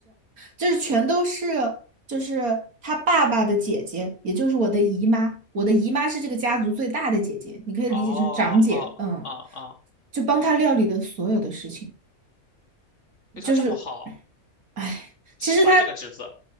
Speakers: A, on the right; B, on the left.
A: 就是全都是，就是他爸爸的姐姐，也就是我的姨妈，我的姨妈是这个家族最大的姐姐，你可以理解成长姐，
B: 哦哦哦哦，
A: 嗯，就帮他料理的所有的事情。
B: 对他这么好，
A: 就是，哎，
B: 喜欢这个职子
A: 其实他